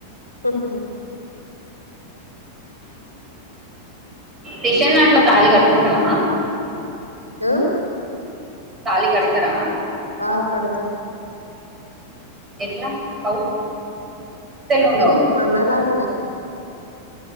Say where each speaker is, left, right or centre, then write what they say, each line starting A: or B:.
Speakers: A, on the right; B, on the right.
A: ఉహూ.
B: రిషన్ దాంట్లో తాళీ కట్టుకుంటారా.
A: ఆహ్.
B: తాళి కడతార.
A: ఆహ్ కడతరు.
B: ఎట్లా హౌ. తెలు ఉండవుగా
A: సేమ్ మన్నాలాగానే.